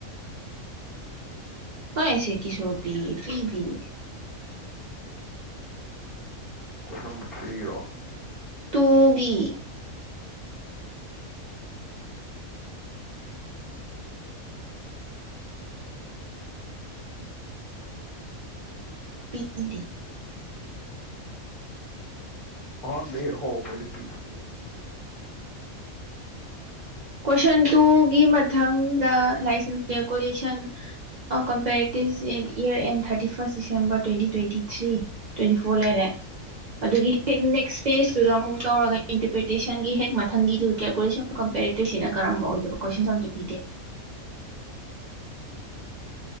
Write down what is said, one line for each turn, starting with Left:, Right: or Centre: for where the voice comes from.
Right: ꯀꯩ ꯑꯁꯤꯠ ꯀꯤꯁꯥꯔꯨꯛ ꯄꯤ ꯄꯤꯗꯤꯌꯦ
Centre: ꯀ꯭ꯋꯁ ꯅꯝꯕꯔ ꯊ꯭ꯔꯤꯒꯤꯔꯣ
Right: ꯇꯣꯕꯤ ꯄꯤꯗꯦ
Centre: ꯑꯍꯟꯕꯩ ꯍꯧꯔꯛꯄꯩꯗ ꯄꯤꯔꯤꯗꯨꯗꯤ
Right: ꯀꯣꯏꯁꯟ ꯇꯨꯒꯤ ꯃꯊꯪꯗ ꯂꯥꯛꯏꯁ calculation of comparative year and thirty first December twenty twenty three twenty four ꯂꯩꯔꯦ ꯑꯗꯨꯒꯤ ꯍꯦꯛ ꯅꯦꯛꯁ ꯐꯦꯁꯇꯨꯗ ꯑꯃꯨꯛ ꯇꯧꯔꯒ ꯏꯟꯇꯔꯄ꯭ꯔꯤꯇꯦꯁꯟꯒꯤ ꯍꯦꯛ ꯃꯊꯪꯒꯤ ꯗꯨ ꯗꯦꯐꯣꯔꯇꯤꯑꯣꯟ ꯑꯣꯗ ꯀꯝꯄꯔꯦ ꯇꯦꯛꯁꯤꯅ ꯀꯔꯝꯕ ꯑꯣꯏꯗꯕ ꯀꯣꯏꯁꯟꯁ ꯑꯝꯇ ꯄꯤꯗꯦ